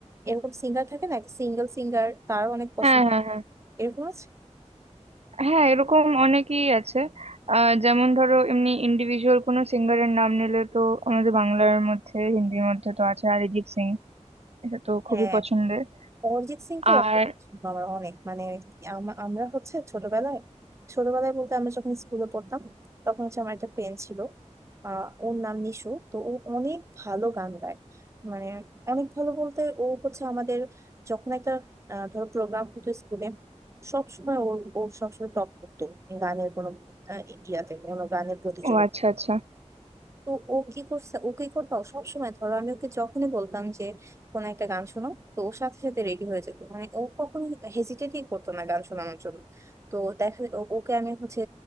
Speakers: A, on the right; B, on the right.
A: এরকম সিঙ্গার থাকে না একটা সিঙ্গেল সিঙ্গার তার অনেক পছন্দ
B: হ্যাঁ হ্যাঁ হ্যাঁ
A: এরকম আছে
B: হ্যাঁ এরকম অনেকেই আছে আহ, যেমন ধরো এমনি ইন্ডিভিজুয়াল কোনো সিঙ্গারের নাম নিলে তো আমাদের বাংলার মধ্যে হিন্দির মধ্যে তো আছে অরিজিৎ সিং এটা তো খুবই
A: হ্যাঁ
B: পছন্দের
A: অরিজিৎ সিং
B: আর
A: তো আমার অনেক মানে আম- আমরা হচ্ছে ছোটবেলায় ছোটবেলায় বলতে আমরা যখন স্কুলে পড়তাম তখন হচ্ছে আমার একটা ফ্রেন্ড ছিল আহ ওর নাম নিশু তো ও অনেক ভালো গান গায় মানে অনেক ভালো বলতে ও হচ্ছে আমাদের যখন একটা আহ, ধরো প্রোগ্রাম হতো স্কুলে সবসময় ওর ও সবসময় টপ করতো গানের কোনো আহ, ইয়াতে কোনো গানের প্রতিযোগিতা
B: ও আচ্ছা আচ্ছা
A: তো ও কি করছে ও কি করতো সব সময় ধরো আমি ওকে যখনই বলতাম যে কোন একটা গান শোনো তো ওর সাথে সাথে রেডি হয়ে যেত মানে ও কখনো হেজিটেটই করতো না গান শোনানোর জন্য তো দেখা যেত ও- ওকে আমি হচ্ছে